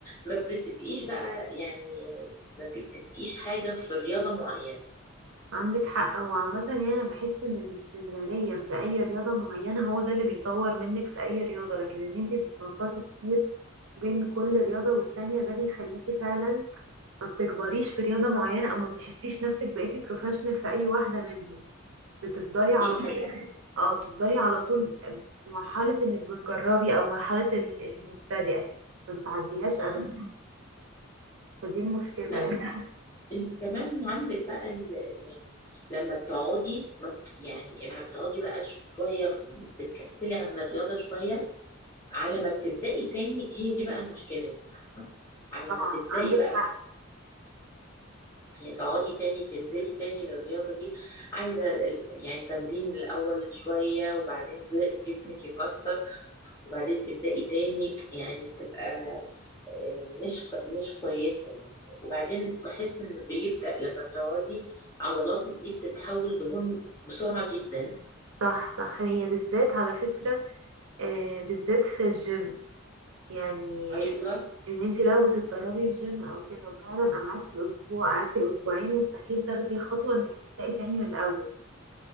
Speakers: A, on the left; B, on the right.
A: ما بتبقيش بقى يعني ما بتبقيش حاجة في رياضة معينة
B: عندك حق هو عامة يعني أنا بحس إن الاستمرارية في أي رياضة معينة هو ده اللي بيطور منك في أي رياضة لكن إن انتي تتنططي كتير بين كل رياضة والتانية ده بيخليكي فعلا ما بتكبريش في رياضة معينة او ما بتحسيش نفسك بقيتي بروفيشنال في اي واحدة منهم بتفضلي على
A: دي حقيقة
B: طول اه بتفضلي على طول في مرحلة انك بتجربي او مرحلة ال- المبتدئة ما بتعديهاش
A: مم.
B: ابدا فدي المشكلة
A: لا
B: يعني
A: انت كمان عندك بقى ال... يعني لما بتقعدي ما بت... يعني اما بتقعدي بقى شوية بتكسلي عن الرياضة شوية على ما بتبدأي تاني هي دي بقى المشكلة يعني عارفة على
B: اه
A: ما تبدأي
B: عندك
A: بقى
B: حق
A: يعني تقعدي تاني تنزلي تاني للرياضة دي عايزة ال- يعني تمرين الأول شوية وبعدين ج- جسمك يكسر وبعدين تبدأي تاني يعني بتبقى آه، مش ك- مش كويسة يعني وبعدين بحس إن بيبدأ لما بتقعدي عضلاتك دي بتتحول دهون بسرعة جدا
B: صح صح هي بالذات على فكرة آه بالذات في الجيم يعني
A: أيوة
B: ان انت لو بتتدربي في جيم او كده وفعلا قعدتي اسبوع قعدتي اسبوعين مستحيل تاخدي الخطوة انك تبدأي تاني من الاول